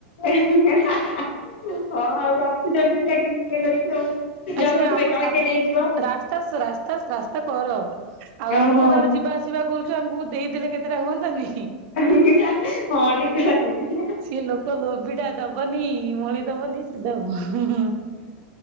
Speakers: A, on the left (about 70°); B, on the right (about 50°).
A: ହା-ହା-ହଁ ଆଉ ରଖୁଚନ୍ତି ଯାଇକି ନିଜେ କରିକି ଆଉ। ଜଗୁଥିବେ
B: ଆଉ ସିଏ ଆମ
A: କାଳେ
B: ସାନ
A: କିଏ ନେଇଯିବ।
B: ରାସ୍ତା ରାସ୍ତା ରାସ୍ତା କର ଆଉ
A: ଓହୋ
B: ଆମେ ସେତେବେଳେ ଯିବା ଆସି ସିବା କରୁଚୁ ଆମକୁ ଦେଇଦେଲେ କେତେଟା ହୁଅନ୍ତାନି।
A: ହଁ ଠିକ କଥା କହିଲୁ।
B: ସିଏ ଲୋକ ଲୋଭିଟା ଦବନି ମଳି ଦବନି। ସେ ଦବ ହୁ ହୁ।